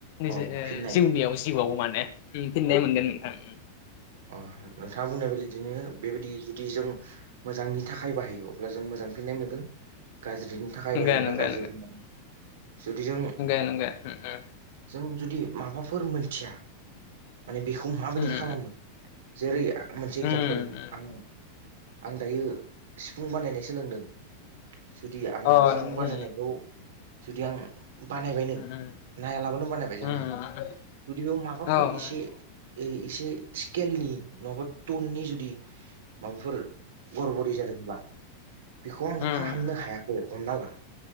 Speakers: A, on the left; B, on the right.
A: निजि
B: अ
A: ओ
B: फिननाय
A: जिउनियाव जिउआव माने ओम फिननाय
B: अ
A: मोनगोन नोंथां।
B: अ नोंथाङा बुंनाय इदिनो बेबायदि जुदि जों मोजांनि थाखाय बाहायो अब्ला जों मोजां फिननाय मोनगोन। गाज्रिनि थाखाय
A: नंगो
B: बाहायोब्ला
A: नंगो
B: गाज्रि फिन्नाय जुदि जों
A: जागोन दे ओं ओं।
B: जों जुदि माबाफोर मोनथिया माने बेखौ माबायदि
A: उम
B: खालामो जेरै आं मोनसे एगजामपोल
A: उम उम
B: आं, आं दायो सिफुं बानायनाय सोलोंदों, जुदि आं
A: उम अ
B: सिफुं
A: नंगौ उम
B: बानायनायखौ जुदि आं बानायबायनो
A: उम उम
B: नायालाबानो बानायबाय जानो
A: उम
B: हागौ। जुदि बेयाव माबाफोर
A: औ
B: ए से ए-एसे स्केलनि नङाबा टननि जुदि माबाफोर गरबरि जादोंब्ला बेखौ आं
A: उम
B: फाहामनो
A: उम
B: हायाखै हमना ला,